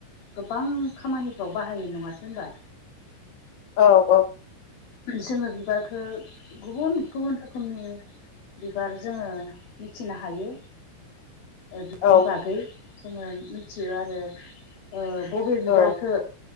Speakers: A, on the left; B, on the left.
A: गोबां खामानि, फ्राव बाहायो नङासै होनोमबा!
B: औ, औ,
A: जोङो बिबारखो गुबुन गुबुन रोखोमनि बिबार जोङो मिथिनो हायो बिनि
B: औ
A: बागै। जोङो मिथियो आरो ओ बबे बिबारखो
B: औ